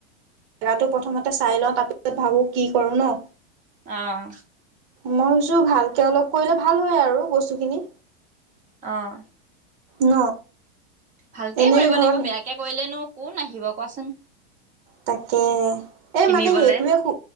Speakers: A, on the right; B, on the right.
A: জেগটো প্ৰথমতে চাই লওঁ তাৰপিছত ভাবো কি কৰো ন
B: অ',
A: মই ভবিছো ভালকে অলপ কৰিলে ভাল হয় আৰু বস্তুখিনি
B: অ',
A: ন
B: ভালকে
A: এনে
B: কৰিব লাগিব,
A: ঘৰত
B: বেয়াকে কৰিলেনো কোন আহিব, কোৱাচোন
A: তাকে, এ
B: কিনিবলে
A: মানে সেইটোহে সু